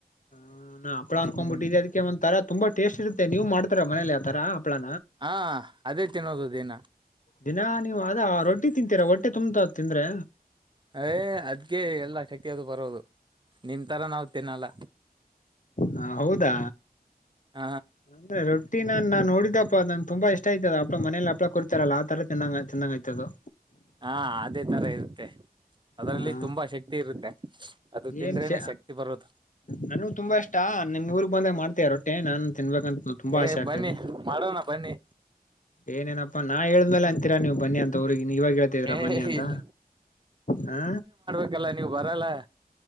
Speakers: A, on the left; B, on the right.
A: ಹ ನಾ ಹಪ್ಪಳ ಅನ್ಕೊಂಡ್ಬಿಟ್ಟಿದೀ
B: ಹ್ಮ್
A: ಅದಕ್ಕೆ ಒಂದ ತರ ತುಂಬಾ ಟೇಸ್ಟ್ ಇರುತ್ತೆ ನೀವು ಮಾಡ್ತಾರ ಮನೇಲಿ ಆ ತರ ಹಪ್ಪಳಾ
B: ಹಾ ಅದೇ ತಿನ್ನೋದು ದೇನ.
A: ದಿನಾ ನೀವು ಅದ ರೊಟ್ಟಿ ತಿಂತೀರಾ ಹೊಟ್ಟೆ ತುಂಬ್ತಾ ತಿಂದ್ರೆ.
B: ಏ ಅದ್ಗೆ ಎಲ್ಲಾ ಶಕ್ತಿ ಅದು ಬರೋದು ನಿಮ್ ತರ ನಾವು ತಿನ್ನಲ್ಲ.
A: ಹಾ ಹೌದಾ
B: ಹ
A: ಅಂದ್ರೆ ರೊಟ್ಟಿ ನನ್ ನಾ ನಡಿದಪ್ಪ ನನ್ ತುಂಬ ಇಷ್ಟ ಆಯ್ತ್ ಅಪ್ಳ ಮನೇಲಿ ಅಪ್ಳಾ ಕೊಡ್ತಾರಲ್ಲ ಆ ತರ ತಿನ್ನಂಗ ಚಂದಂಗ ಆತ್ತದೂ
B: ಹಾ ಅದೇ ತರ ಇರುತ್ತೆ ಅದರಲ್ಲಿ
A: ಹಾ
B: ತುಂಬಾ ಶಕ್ತಿ ಇರುತ್ತೆ. ಅದು ತಿಂದ್ರೇನೆ
A: ಏನ್ ಶ
B: ಶಕ್ತಿ ಬರೋದು
A: ನನೂ ತುಂಬಾ ಇಷ್ಟ ನಿನ್ ಊರಗ ಬಂದಾಗ ಮಾಡ್ತಾರ ಅಷ್ಟೇ ನಾನು ತಿನ್ಬೇಕಂತ ತುಂಬಾ
B: ಏ
A: ಆಶೆ ಆಗ್ತೇನಿ
B: ಬನ್ನಿ ಮಾಡೋಣ ಬನ್ನಿ
A: ಏನೇನಪ್ಪಾ ನಾ ಹೇಳಿದ್ಮೇಲೆ ಅಂತ್ ತ್ರರಾ ನೀವು ಬನ್ನಿ ಅಂತ ಊರಿಗೆ ಇವಾಗ ಹೇಳ್ತಾ ಇದೀರಾ
B: ಏ
A: ಬನ್ನಿ ಅಂತ
B: ಇಲ್ಲ
A: ಹಾ
B: ಹಾಗಲ್ಲ ನೀವು ಬರಲ್ಲ.